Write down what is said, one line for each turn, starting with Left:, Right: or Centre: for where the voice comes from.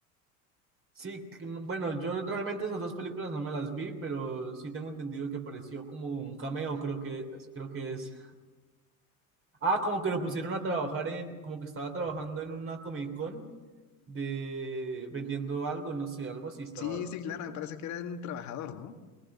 Right: Sí, que no- bueno, yo realmente esas dos películas no me las vi, pero sí tengo entendido que apareció como un cameo, creo que, creo que es. Ah, como que lo pusieron a trabajar en, como que estaba trabajando en una Comic Con de vendiendo algo, no sé, algo así estaba
Left: Sí, sí,
Right: haciendo.
Left: claro, me parece que era un trabajador, ¿no?